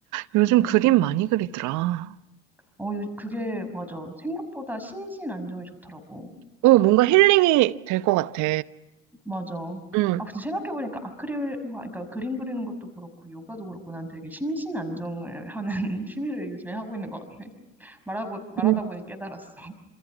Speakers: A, on the right; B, in the centre.
A: 요즘
B: 근데,
A: 그림
B: 음.
A: 많이 그리더라.
B: 어, 요- 그게, 맞아. 생각보다 심신 안정이 좋더라고.
A: 어, 뭔가 힐링이 될 것 같아.
B: 맞아. 그,
A: 음,
B: 아, 근데 생각해보니까 아크릴, 그러니까 그림 그리는 것도 그렇고, 요가도 그렇고, 난 되게 심신 안정을 하는 <laughs> 취미를 요즘에 하고 있는 것 같아. 말하고, 말하다
A: 음.
B: 보니 깨달았어. <laughs>